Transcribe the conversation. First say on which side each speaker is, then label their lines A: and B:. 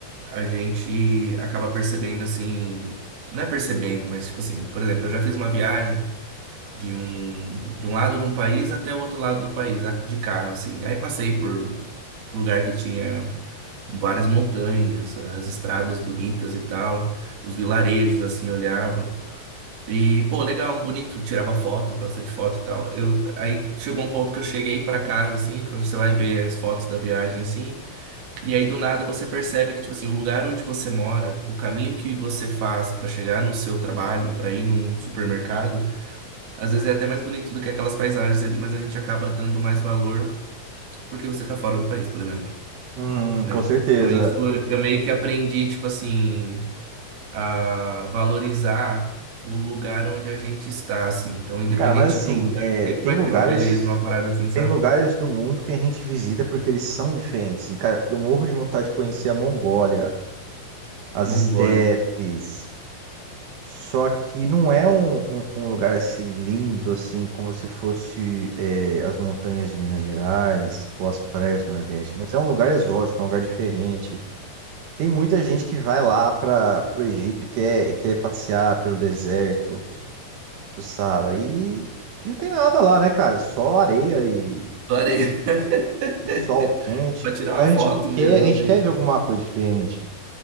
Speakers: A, on the right; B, on the right.
A: a gente acaba percebendo assim, não é percebendo, mas tipo assim, por exemplo, eu já fiz uma viagem de um, de um lado de um país até o outro lado do país, a- de carro, assim. Aí passei por lugar que tinha várias montanhas, as estradas bonitas e tal, os vilarejos, assim, eu olhava. E, pô, legal, bonito, tirava foto, bastante foto e tal. Eu, aí chegou um ponto que eu cheguei pra casa, assim, quando você vai ver as fotos da viagem, assim, e aí, do nada, você percebe que, tipo assim, o lugar onde você mora, o caminho que você faz pra chegar no seu trabalho, pra ir num supermercado, às vezes é até mais bonito do que aquelas paisagens ali, mas a gente acaba dando mais valor porque você tá fora do país, por exemplo,
B: Hum,
A: né?
B: com certeza.
A: Então, isso eu meio que aprendi, tipo assim, a valorizar o lugar onde a gente está, assim. Então, independente
B: Cara, mas assim,
A: do lugar,
B: é,
A: sempre
B: tem
A: vai
B: lugares,
A: ter uma beleza, uma parada assim, sabe?
B: tem lugares do mundo que a gente visita porque eles são diferentes. Assim, cara, eu morro de vontade de conhecer a Mongólia, as
A: Mongólia.
B: estepes. Só que não é um, um- um lugar assim lindo, assim, como se fosse é, as montanhas de Minas Gerais ou as praias do Nordeste, mas é um lugar exótico, é um lugar diferente. Tem muita gente que vai lá para o Egito e quer, e quer passear pelo deserto do Saara e, e não tem nada lá, né, cara? É só areia e,
A: Parei. <laughs>
B: e sol quente.
A: Pra tirar
B: Mas
A: uma foto
B: a gente quer,
A: mesmo,
B: a gente
A: assim.
B: quer ver alguma coisa diferente.